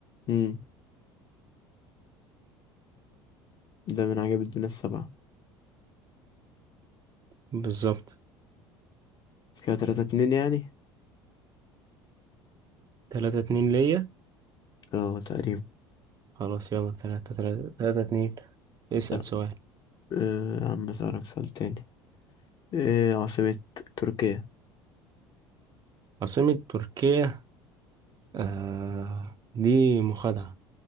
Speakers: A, on the left; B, on the right.
A: امم ده من عجائب الدنيا السبعة
B: بالظبط
A: كده تلاتة اتنين يعني
B: تلاتة اتنين ليا
A: اه تقريبا
B: خلاص يلا تلاتة تلاتة تلاتة اتنين اسأل
A: أه
B: سؤال
A: يا عم اسألك سؤال تاني ايه عاصمة تركيا
B: عاصمة تركيا آه دي مخادعة